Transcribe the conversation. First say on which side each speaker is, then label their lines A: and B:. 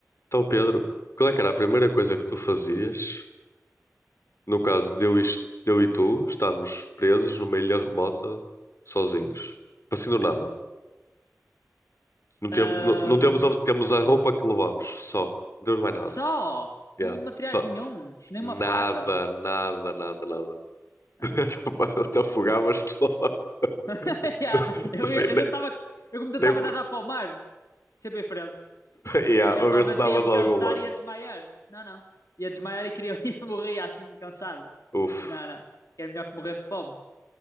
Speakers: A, on the left (about 60°); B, on the left (about 90°).
A: Então, Pedro, qual é que era a primeira coisa que tu fazias? No caso de eu e, est- de eu e tu estamos presos numa ilha remota, sozinhos. Assim do nada. Não, tem,
B: Ahm,
A: não, não temos, a, temos a roupa que levamos, só. Não temos mais nada.
B: só, não
A: Yeah.
B: materiais
A: Só.
B: nenhuns, nenhuma
A: Nada,
B: faca.
A: nada, nada, nada.
B: Não.
A: <laughs> Até afogavas-te logo. <laughs>
B: <laughs> Yeah, Eu,
A: Assim,
B: ia-
A: nem,
B: eu tentava, eu como tentava
A: nem...
B: nadar
A: <laughs>
B: para o mar, sempre em frente,
A: Yeah,
B: que eventualmente
A: a ver se davas
B: ia me
A: a
B: cansar
A: algum lado.
B: e ia desmaiar. Não, não. Ia desmaiar e queria <laughs> ia morrer assim, cansado.
A: Uf.
B: Não, não. Que era melhor que morrer de fome.